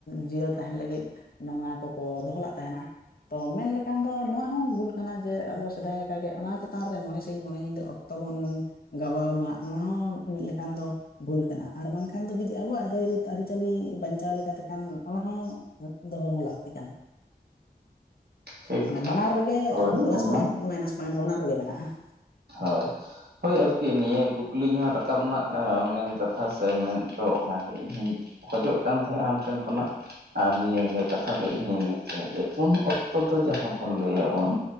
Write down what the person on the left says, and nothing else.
ᱡᱤᱭᱟᱹᱲ ᱛᱟᱦᱮᱱ ᱞᱟᱹᱜᱤᱫ, ᱱᱚᱣᱟ ᱠᱚᱠᱚ ᱫᱚᱦᱚᱞᱟᱜ ᱛᱟᱦᱮᱱᱟ᱾ ᱛᱚ ᱢᱮᱱ ᱞᱮᱠᱷᱟᱱ ᱫᱚ ᱱᱚᱣᱟ ᱦᱚᱸ ᱵᱷᱩᱞ ᱠᱟᱱᱟ ᱡᱮ ᱟᱵᱚ ᱥᱮᱫᱟᱭ ᱞᱮᱠᱟᱜᱮ ᱚᱱᱟ ᱪᱮᱛᱟᱱ ᱨᱮ ᱢᱚᱬᱮ ᱥᱤᱧ ᱢᱚᱬᱮ ᱧᱤᱫᱟᱹ ᱛᱚᱵᱚᱱ ᱜᱟᱵᱟᱣ ᱢᱟ ᱚᱱᱟ ᱦᱚᱸ ᱢᱤᱫ ᱞᱮᱠᱷᱟᱱ ᱫᱚ ᱵᱷᱩᱞ ᱠᱟᱱᱟ ᱟᱨ ᱵᱟᱝᱠᱷᱟᱱ ᱫᱚ ᱡᱩᱫᱤ ᱟᱵᱚᱣᱟᱜ ᱨᱟᱹᱭᱨᱤᱛ ᱟᱹᱨᱤᱪᱟᱹᱞᱤ ᱵᱟᱧᱪᱟᱣ ᱞᱮᱠᱟ ᱛᱮᱠᱷᱟᱱ ᱚᱱᱟ ᱦᱚᱸ ᱫᱚᱦᱚ ᱦᱚᱸ ᱞᱟᱹᱠᱛᱤ ᱠᱟᱱᱟ᱾
ᱢᱟᱱᱮ ᱵᱟᱱᱟᱨ ᱨᱮᱜᱮ
ᱯᱞᱟᱥ
ᱯᱚᱭᱮᱱᱴ,
ᱢᱟᱭᱱᱟᱥ ᱯᱚᱭᱮᱱᱴ, ᱵᱟᱱᱟᱨ ᱨᱮᱜᱮ ᱢᱮᱱᱟᱜᱼᱟ᱾